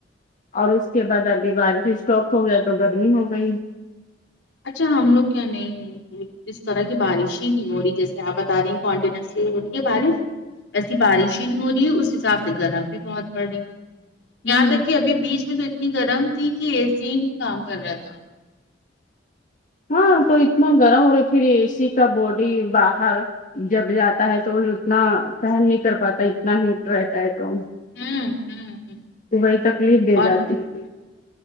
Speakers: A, on the left (about 45°); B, on the left (about 85°).
A: اور اس کے بعد ابھی بارش سٹاپ ہو گیا تو گرمی ہو گئی
B: اچھا ہم لوگ کیا نہیں اس طرح کی بارشیں نہیں ہو رہی جیسے اپ بتا رہی ہوں کونٹینسلی ان کے بارش- ایسی بارش ہی نہیں ہو رہی اس حساب سے گرم بھی بہت بڑے
A: ہوں
B: یہاں تک کہ ابھی بیچ میں تو اتنی گرم تھی کہ جی کام کر رہا تھا
A: ہاں تو اتنا گرم اور اس کے لیے اسی کا باڈی باہر- جب جاتا ہے تو اتنا ٹائم نہیں کر پاتا اتنا نہیں رہتا ہے تو
B: ہوں ہ ہ
A: تو وہی تکلیف دے
B: اور
A: جاتی ہے۔